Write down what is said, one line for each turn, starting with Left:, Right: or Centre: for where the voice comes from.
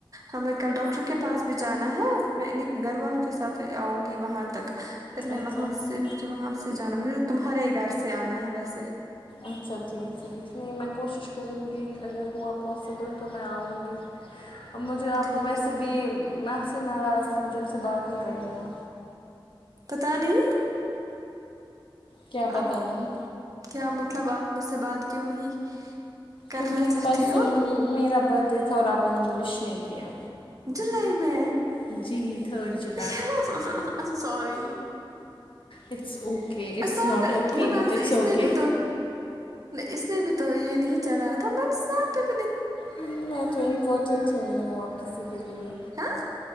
Right: ہمیں کل ڈاکٹر کے پاس بھی جانا ہے میں انہیں گھر والوں کے ساتھ آؤں گی وہاں تک پھر میں
Left: اچھا
Right: وہاں
Left: اچھا
Right: سے مجھے وہاں سے جانا مجھے تمہارے ہی گھر سے آنا ہے ویسے
Left: اچھا ٹھیک ٹھیک نہیں میں کوشش کروں گی اگر ہوا پوسیبل تو میں آؤں گی اب مجھے آپ
Right: ٹھیک
Left: کو ویسے
Right: ہے
Left: بھی میں آپ سے ناراض تھی مجھے آپ سے بات نہیں کرنی ہے
Right: پتہ نہیں
Left: کیا پتہ
Right: آپ
Left: نہیں
Right: کیا مطلب آپ مجھ سے بات کیوں نہیں کرنا
Left: کیونکہ
Right: چاہتی
Left: پرسوں
Right: ہو
Left: میرا برتڈے تھا اور آپ نے مجھے ویش نہیں کیا
Right: جلائی میں
Left: جی تھرڈ جولائی
Right: ہ sorry
Left: it's okay it's
Right: Sabir
Left: not okay
Right: Manazir
Left: but it's
Right: اس
Left: اوکے
Right: نے بھی تو اس نے بھی تو یہ نہیں چڑھایا تھا من سنپ پے
Left: ہوں میں تو امپورٹنٹ ہی نہیں ہوں اپ کسی کے لیے
Right: ہاں